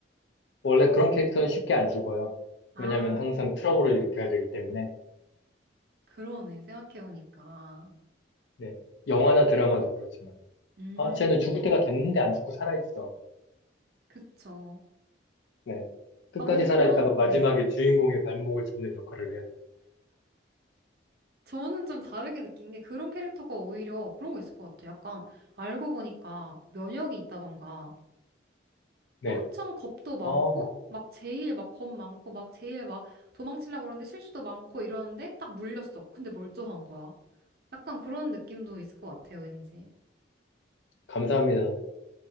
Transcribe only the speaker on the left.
원래 그런 캐릭터는 쉽게 안 죽어요.
왜냐면 항상 트러블을 일으켜야 되기 때문에.
네. 영화나 드라마도 그렇잖아요.
아, 쟤는 죽을 때가 됐는데 안 죽고 살아있어.
네. 끝까지
살아있다가
마지막에
주인공의 발목을 잡는 역할을 해야 돼요.
네.
어,
감사합니다.